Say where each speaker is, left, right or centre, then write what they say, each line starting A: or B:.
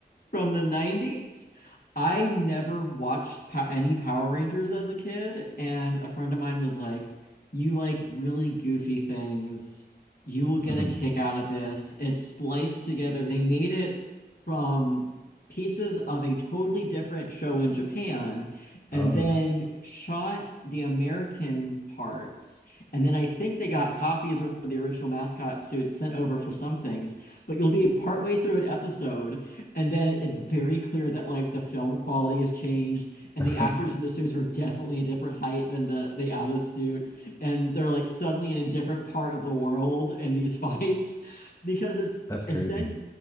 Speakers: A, on the left; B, on the left.
A: from the 90s. I never watched pow any Power Rangers as a kid, and a friend of mine was like, You like really goofy things. You will get
B: hmm
A: a kick out of this. It's spliced together. They made it from pieces of a totally different show in Japan
B: Oh,
A: and then shot the American parts. And then I think they got copies of the original mascot suits sent over for some things, but you'll be partway through an episode and then it's very clear that like the film quality has changed, and
B: <laughs>
A: the actors in the suits are definitely a different height than the the out of suit, and they're like suddenly in a different part of the world in these <laughs> fights, because it's
B: that's crazy.
A: essen